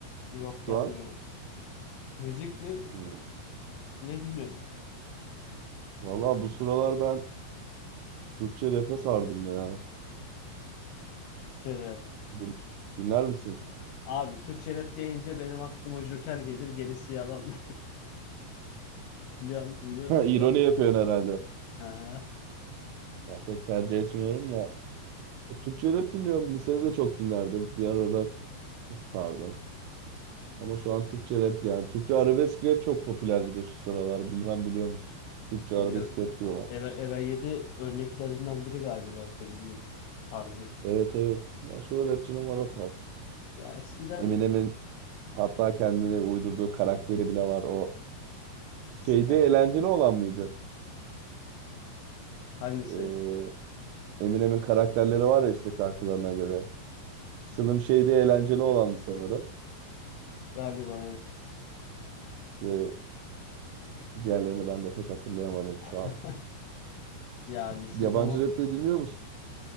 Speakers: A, on the left; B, on the right.
A: Yok gelmiyor.
B: şu an?
A: Müzik mi?
B: Hmm.
A: Ne dinliyorsun?
B: Valla bu sıralar ben Türkçe rap'e sardım ya.
A: Türkçe rap.
B: Din- Dinler misin?
A: Abi Türkçe rap deyince benim aklıma Joker gelir gerisi yalan. <laughs> Biliyorsun,
B: <laughs>
A: biliyorsun
B: Ha, İroni
A: değil mi? onu?
B: yapıyorsun herhalde.
A: Hı hı,
B: Ya, pek tercih etmiyorum da. E, Türkçe rap dinliyorum. Lisede de çok dinlerdim. Bir ara rock sardım. Ama şu an Türkçe rap yani. Türkçe arabesk rap çok popüler bir de şu sıralar. Bilmem biliyor musun? Türkçe arabesk
A: Biliyorum.
B: rap diyorlar.
A: Era, Era 7 örneklerinden biri galiba söylediğin tarzın.
B: Evet evet. Ya şu rapçinin var o tarz.
A: Ya eskiden
B: Eminem'in Hatta kendine uydurduğu karakteri bile var. O
A: Stan.
B: şeyde eğlenceli olan mıydı?
A: Hangisi?
B: Ee, Eminem'in karakterleri var ya işte şarkılarına göre. Slim şeyde eğlenceli olandı sanırım.
A: Galiba evet.
B: Ve diğerlerini ben de pek hatırlayamadım şu
A: <laughs>
B: an.
A: Ya lise
B: Yabancı
A: zaman
B: rap de dinliyor musun?